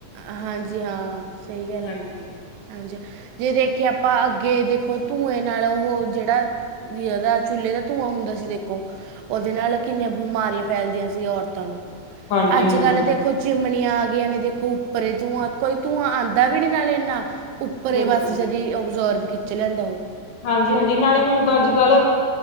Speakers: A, on the right; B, on the left.
A: ਹਾਂਜੀ ਹਾਂ, ਸ ਈ ਗੱਲ
B: ਹਾਂਜੀ।
A: ਐ। ਹਾਂਜੀ, ਜੇ ਦੇਖਿਯੇ ਆਪਾਂ ਅੱਗੇ ਦੇਖੋ ਧੂੰਏ ਨਾਲ ਹੋਰ ਜੇੜਾ <unintelligible> ਯਾਦਾ ਚੁੱਲੇ ਦਾ ਧੂੰਆਂ ਹੁੰਦਾ ਸੀ ਦੇਖੋ ਔਦੇ ਨਾਲ ਕਿੰਨੀਆਂ ਬਿਮਾਰੀਆਂ ਫੈਲਦੀਆਂ ਸੀ, ਔਰਤਾਂ ਨੂੰ
B: ਹਾਂਜੀ-ਹਾਂਜੀ-ਹਾਂਜੀ
A: ਆੱਜ-ਕਾੱਲ ਦੇਖੋ। ਚਿਮਣੀਆਂ ਆ ਗਈਆਂ ਨੇ ਦੇਖੋ ਉੱਪਰੇ ਧੂੰਆਂ ਕੋਈ ਧੂੰਆਂ ਆਂਦਾ ਵੀ ਨੀ ਨਾਲੇ ਏਨਾਂ ਉਪ ਪਰੇ
B: ਬਿਲਕੁਲ
A: ਬਸ ਜਦੀ ਔਬਜ਼ੋਰਬ ਖਿੱਚ ਲੈਂਦਾ ਔ
B: ਹਾਂਜੀ -ਹਾਂਜੀ ਨਾਲੇ ਹੁਣ ਤਾਂ ਅੱਜ -ਕੱਲ